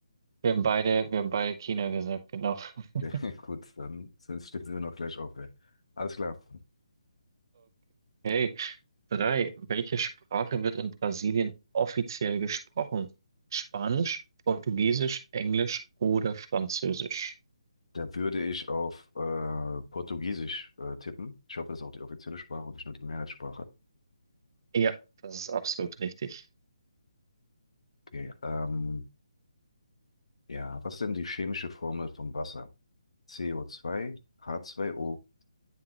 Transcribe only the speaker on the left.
Ja,
gut, dann sind, stehen wir noch gleich auf. Ey. Alles klar.
Da würde ich auf äh, Portugiesisch äh, tippen. Ich hoffe, das ist auch die offizielle Sprache und nicht nur die Mehrheitssprache.
Okay, ähm, ja, was ist denn die chemische Formel von Wasser? CO2, H2O